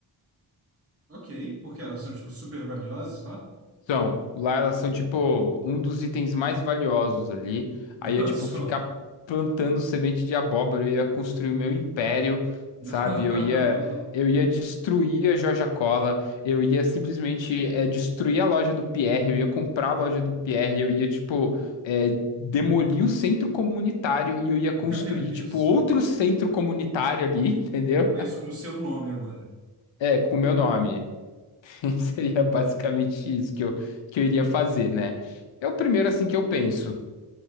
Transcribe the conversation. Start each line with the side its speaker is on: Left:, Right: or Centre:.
Right: Ok, porque elas são, tipo, super valiosas lá.
Left: São, lá elas são
Right: Hum.
Left: tipo um dos itens mais valiosos ali.
Right: <laughs>
Left: Aí eu,
Right: Olha
Left: tipo,
Right: só.
Left: ficar plantando semente de abóbora, eu ia construir o meu império,
Right: <laughs>
Left: sabe?
Right: Não,
Left: Eu ia, eu ia destruir a Joja Cola, eu ia simplesmente é destruir a loja do Pierre, eu ia comprar a loja do Pierre, eu ia, tipo, é demolir o centro comunitário e eu ia
Right: meu
Left: construir,
Right: Deus,
Left: tipo,
Right: do céu.
Left: outro centro comunitário ali, <laughs> entendeu?
Right: mas com o seu nome agora.
Left: É, com o meu nome. <laughs> Seria basicamente isso que eu, que eu iria fazer, né? É o primeiro assim que eu penso.